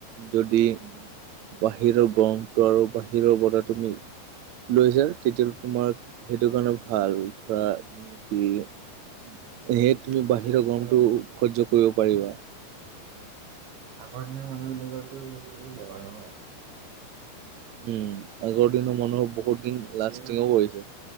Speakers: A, on the right; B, on the right.
A: যদি
B: উম,
A: বাহিৰৰ গৰমটো আৰু বাহিৰৰ বতাহ তুমি লৈছা তেতিয়া তোমাক সেইটো কাৰণে ভাল ধৰা কি
B: উম,
A: হে তুমি বাহিৰৰ
B: এই
A: গৰমতটো সহ্য কৰিব পাৰিবা।
B: আগৰ দিনৰ মানুহবিলাকৰটো এইটো এইটো বেমাৰ নহয়।
A: উম আগৰ দিনৰ মানুহৰ বহুত দিন
B: এতিয়া
A: লাষ্টিঙও কৰিছে।